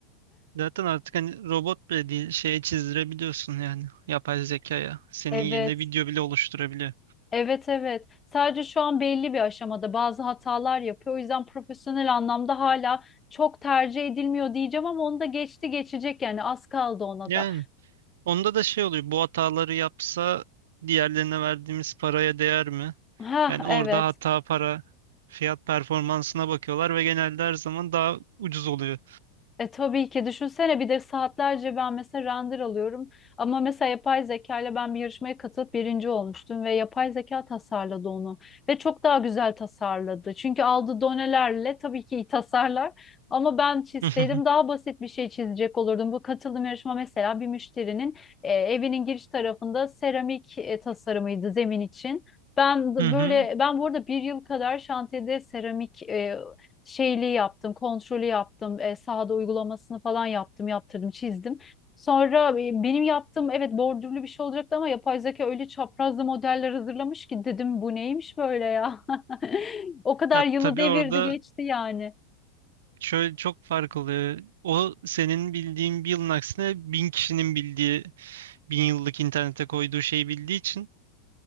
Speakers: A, on the right (about 75°); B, on the left (about 20°).
A: Zaten artık hani robot bile değil şeye çizdirebiliyorsun yani yapay zekaya.
B: <laughs>
A: Senin
B: evet
A: yerine video bile oluşturabiliyor.
B: evet evet sadece şu an belli bir aşamada bazı hatalar yapıyor o yüzden profesyonel anlamda hala çok tercih edilmiyor diyeceğim ama onu da geçti geçecek yani az kaldı ona
A: Yani
B: da.
A: onda da şey oluyor bu hataları yapsa diğerlerine verdiğimiz paraya değer mi?
B: Ha
A: Yani
B: evet.
A: orada hata para fiyat performansına bakıyorlar ve genelde her zaman daha ucuz oluyor.
B: E tabii ki düşünsene bir de saatlerce ben mesela render alıyorum ama mesela yapay zeka ile ben bir yarışmaya katılıp birinci olmuştum ve yapay zeka tasarladı onu ve çok daha güzel tasarladı. Çünkü aldığı donelerle tabii ki iyi tasarlar ama ben çizseydim
A: <laughs>
B: daha basit bir şey çizecek olurdum. Bu katıldığım yarışma mesela bir müşterinin e, evinin giriş tarafında seramik e, tasarımıydı zemin için. Ben de
A: Hı
B: böyle
A: hı.
B: ben burada bir yıl kadar şantiyede seramik e, şeyliği yaptım, kontrolü yaptım, e, sahada uygulamasını falan yaptım, yaptırdım, çizdim. Sonra e, benim yaptığım evet bordürlü bir şey olacaktı ama yapay zeka öyle çaprazlı modeller hazırlamış ki dedim bu neymiş böyle ya. <laughs> O kadar
A: Ya
B: yılı
A: tabii
B: devirdi
A: orada
B: geçti yani.
A: şöyle çok fark oluyor. O senin bildiğin bir yılın aksine bin kişinin bildiği, bin yıllık internete koyduğu şeyi bildiği için